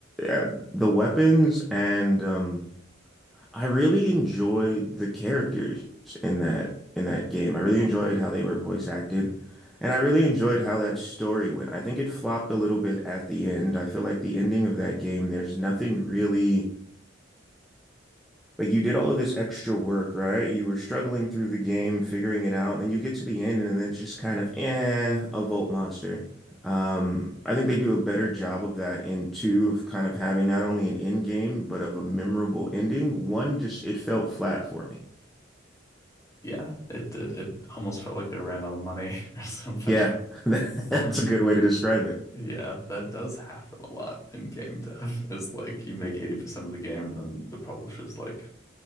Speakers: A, in the centre; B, on the left.
A: Uh, The weapons and um, I really enjoyed the characters in that in that game. I really enjoyed how they were voice acted. And I really enjoyed how that story went. I think it flopped a little bit at the end. I feel like the ending of that game, there's nothing really Like you did all of this extra work, right? You were struggling through the game, figuring it out, and then you get to the end, and then it's just kind of eh, a Volt monster. Um, I think they do a better job of that in two of kind of having not only an end game, but of a memorable ending. One just it felt flat for me.
B: Yeah, it did. It almost felt like they ran out of money <laughs> or something.
A: Yeah, <laughs>
B: <laughs>
A: that's a good way to describe it.
B: Yeah, that does happen a lot in game dev. It's like you make 80% of the game and then the publisher's like,